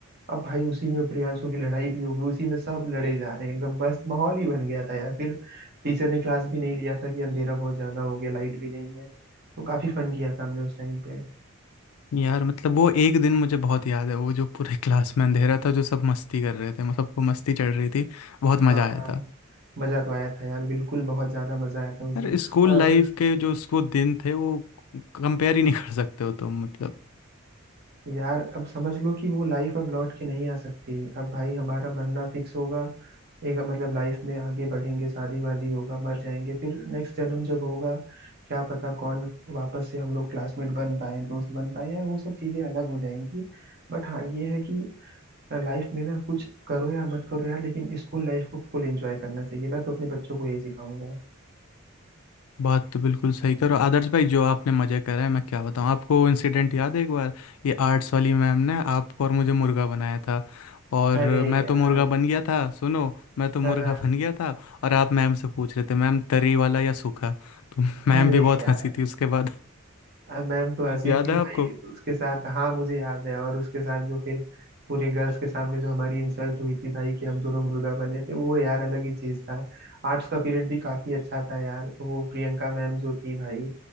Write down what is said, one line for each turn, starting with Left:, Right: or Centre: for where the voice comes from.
Right: अब भाई उसी में प्रियांशु की लड़ाई भी हो गई उसी में सब लड़े जा रहे हैं एकदम मस्त माहौल ही बन गया था यार फिर टीचर ने क्लास भी नहीं लिया था कि अंधेरा बहुत ज्यादा हो गया लाइट भी नहीं है तो काफी फन किया था हमने उस टाइम पे
Left: यार मतलब वो एक दिन मुझे बहुत याद है वो जो पूरे क्लास में अंधेरा था जो सब मस्ती कर रहे थे मतलब सबको मस्ती चढ़ रही थी बहुत
Right: हाँ
Left: मज़ा आया
Right: हाँ
Left: था
Right: मजा तो आया था यार बिल्कुल बहुत ज्यादा मजा आया था उस
Left: यार
Right: दिन
Left: स्कूल
Right: और
Left: लाइफ के जो उसको दिन थे वो कंपेयर ही नहीं कर सकते हो तुम मतलब
Right: यार अब समझ लो कि वो लाइफ अब लौट के नहीं आ सकती अब भाई हमारा मरना फिक्स होगा एक मतलब लाइफ में आगे बढ़ेंगे शादी वादी होगा मर जाएंगे फिर नेक्स्ट जन्म जब होगा क्या पता कौन वापस से हम लोग क्लासमेट बन पाए दोस्त बन पाए यार वो सब चीजें अलग हो जाएंगी बट हाँ ये है कि लाइफ में ना कुछ करो या मत करो यार लेकिन स्कूल लाइफ को फुल एंजॉय करना चाहिए मैं तो अपने बच्चों को यही सिखाऊंगा
Left: बात तो बिल्कुल सही करो आदर्श भाई जो आपने मज़े करे हैं मैं क्या बताऊँ आपको इंसिडेंट याद है एक बार ये आर्ट्स वाली मैम ने आपको और मुझे मुर्गा बनाया था और
Right: अरे
Left: मैं
Right: यार
Left: तो मुर्गा बन गया था सुनो मैं तो मुर्गा
Right: हाँ, हाँ,
Left: बन गया था और आप मैम से पूछ रहे थे मैम तरी वाला या सूखा तो मैम
Right: अरे
Left: भी बहुत
Right: यार
Left: हंसी थी उसके बाद
Right: अब मैम तो हंसी
Left: याद
Right: थी
Left: है
Right: भाई
Left: आपको
Right: उसके साथ हाँ मुझे याद है और उसके साथ जो फिर पूरे गर्ल्स के सामने जो हमारी इंसल्ट हुई थी भाई कि हम दोनों मुर्गा बने थे वो यार अलग ही चीज था आर्ट्स का पीरियड भी काफी अच्छा था यार वो प्रियंका मैम जो थी भाई